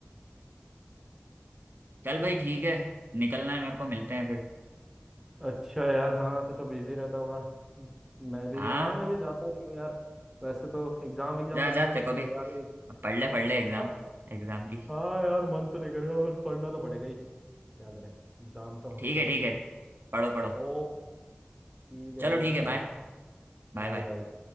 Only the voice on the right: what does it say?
चल भाई ठीक है निकलना है मेरे को मिलते हैं फिर
हाँ
जा
जा
तेरे
को
भी अब पढ़ ले पढ़ ले एग्जाम
एग्जाम की
ठीक है
ठीक
है पढ़ो पढ़ो
चलो
ठीक है
बाय Bye
bye